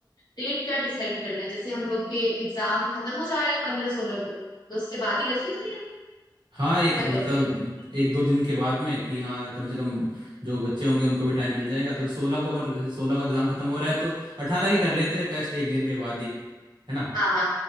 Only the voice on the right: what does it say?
हाँ एक
मतलब
एक दो दिन के बाद में कि हाँ कम से कम जो बच्चे होंगे उनको भी टाइम मिल जाएगा तो सोलह को अगर सोलह का एग्ज़ाम खत्म हो रहा है तो अठारह की कर लेते हैं फेस्ट एक दिन के बाद ही है ना